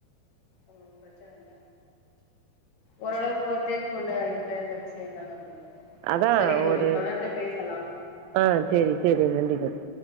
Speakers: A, on the left (about 60°); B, on the right (about 85°).
A: ஒங்களுக்கு பிரச்சன இல்ல ஓரளவுக்கு தெரியுல எந்தெந்த விஷ்யங்கள் அப்டின்னு
B: அதான்
A: செரி தோழி
B: ஒரு
A: தொடர்ந்து பேசலா
B: ஆ செரி செரி நன்றி தோழி